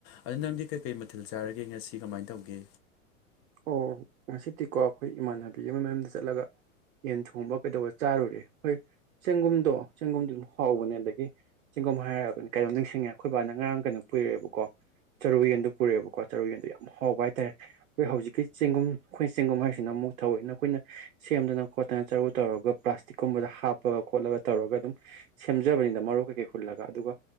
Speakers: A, on the left; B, on the right.
A: ꯑꯗꯣ ꯅꯪꯗꯤ ꯀꯩꯀꯩ ꯃꯊꯤꯜ ꯆꯥꯔꯒꯦ ꯉꯁꯤ ꯀꯃꯥꯏꯅ ꯇꯧꯒꯦ
B: ꯑꯣ ꯉꯁꯤꯗꯤꯀꯣ ꯑꯩꯈꯣꯏ ꯏꯃꯥꯟꯅꯕꯤ ꯑꯃꯒꯤ ꯃꯌꯨꯝꯗ ꯆꯠꯂꯒ ꯌꯦꯟ ꯊꯣꯡꯕ ꯀꯩꯗꯧꯕ ꯆꯥꯔꯨꯔꯦ ꯍꯣꯏ ꯆꯦꯡꯒꯨꯝꯗꯣ ꯆꯦꯡꯒꯨꯝꯗꯨꯣ ꯑꯗꯨꯝ ꯍꯥꯎꯕꯅꯦ ꯑꯗꯒꯤ ꯆꯤꯡꯒꯣꯝ ꯍꯥꯏꯔꯒꯅꯤ ꯀꯩꯅꯣꯝ ꯅꯤꯡꯁꯤꯡꯉꯦ ꯑꯩꯈꯣꯏꯕꯥꯅ ꯉꯔꯥꯡ ꯀꯩꯅꯣ ꯄꯨꯔꯛꯑꯦꯕꯀꯣ ꯆꯔꯨ ꯌꯦꯟꯗꯨ ꯄꯨꯔꯛꯑꯦꯕꯀꯣ ꯆꯔꯨ ꯌꯦꯟꯗꯣ ꯌꯥꯝ ꯍꯥꯎꯕ ꯍꯥꯏꯇꯥꯔꯦ ꯑꯩꯈꯣꯏ ꯍꯧꯖꯤꯛꯀꯤ ꯆꯦꯡꯒꯨꯝ ꯑꯩꯈꯣꯏ ꯆꯦꯡꯒꯨꯝ ꯍꯥꯏꯁꯤꯅ ꯑꯃꯨꯛ ꯊꯧꯋꯧꯏꯀꯤ ꯑꯩꯈꯣꯏꯅ ꯁꯦꯝꯗꯅ ꯈꯣꯠꯇꯅ ꯆꯔꯨ ꯇꯧꯔꯒ ꯄ꯭ꯂꯥꯁꯇꯤꯛꯀꯨꯝꯕꯗ ꯍꯥꯞꯄꯒ ꯈꯣꯠꯂꯒ ꯇꯧꯔꯒ ꯑꯗꯨꯝ ꯁꯦꯝꯖꯕꯅꯤꯅ ꯃꯔꯨ ꯀꯩꯀꯩ ꯍꯨꯜꯂꯒ ꯑꯗꯨꯒ